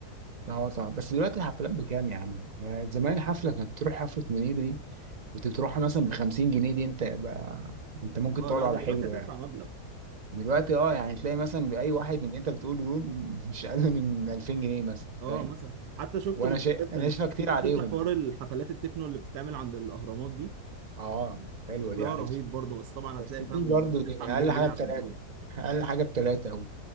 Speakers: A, on the right (about 35°); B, on the right (about 75°).
A: اه طبعا بس دلوقتي الحفلات بكام يا عم؟ ده زمان حفلة كانت تروح حفلة منير دي كنت بتروح مثلا ب 50 جنيه دي انت بقى انت ممكن
B: اه
A: تقعد
B: لا
A: على
B: دلوقتي
A: حجره
B: هتدفع
A: يعني
B: مبلغ
A: دلوقتي اه يعني تلاقي مثلا بأي واحد من اللي انت بتقوله دول مش أقل من 2000 جنيه مثلا
B: اه
A: فاهم؟
B: مثلا حتى شفت
A: وانا
B: من
A: شا...
B: قريب كانوا
A: انا شايفها كتير عليهم
B: شفت انت حوار
A: يعني
B: الحفلات التكنو اللي بتتعمل عند الاهرامات دي
A: اه حلوة
B: شكلها
A: دي عارفها
B: رهيب برضه بس طبعا
A: بس
B: هتلاقي فاهم
A: دي برضه
B: تدفع
A: دي
B: مليون
A: أقل حاجة
B: جنيه عشان
A: بتلاتة
B: تروح
A: أقل حاجة بتلاتة و...